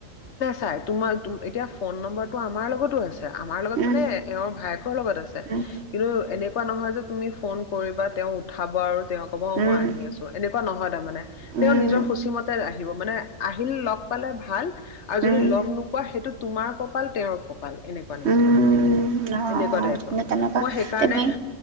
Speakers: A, on the left; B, on the right.
A: চাই তোমাৰ এতিয়া ফোন নম্বৰটো আমাৰ লগতো আছে আমাৰ লগত
B: উম
A: মানে এওঁৰ ভায়েকৰ লগত আছে
B: উম
A: কিন্তু এনেকুৱা নহয় যে তুমি ফোন কৰিবা তেওঁ উঠাব আৰু তেওঁ ক'ব
B: উম
A: মই আহি আছো এনেকুৱা নহয় তাৰানে তেওঁ
B: উম
A: নিজৰ সূচী মতে আহিব মানে আহিল লগ পালে ভাল আৰু যদি
B: উম উম
A: লগ নোপোৱা সেইটো তোমাৰ কপাল তেওঁৰ কপাল এনেকুৱা নিচিনা
B: উম অ অ
A: এনেকুৱা টাইপৰ।
B: কিন্তু তেনেকুৱা
A: মই সেইকাৰণে
B: তুমি